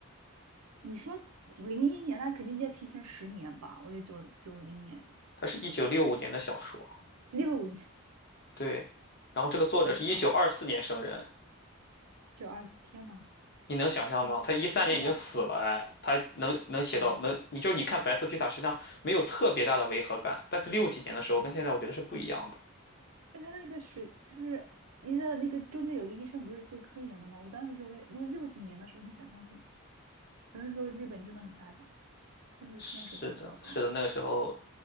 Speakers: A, on the right; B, on the left.
A: 你说零一年，那肯定要提前十年吧？我觉得九九零年、
B: 它是一九六五年的小说，
A: 六五年，
B: 对，然后这个作者是一九二四年生人。
A: 我操，九二四，天呐，
B: 你能想象吗？
A: 那他现在
B: 他一三年已经死了，哎，他能能写到能，
A: 哦，
B: 你就你看《白色巨塔》实际上没有特别大的违和感，但是六几年的时候跟现在我觉得是不一样的。
A: 嗯，那他那个水就是。你知道那个中间有一个医生不是做科研的吗？我当时就为，如果六几年的时候能想象这个。只能说日本真的很发达，真的科研水平比较高。
B: 是的，是的，那个时候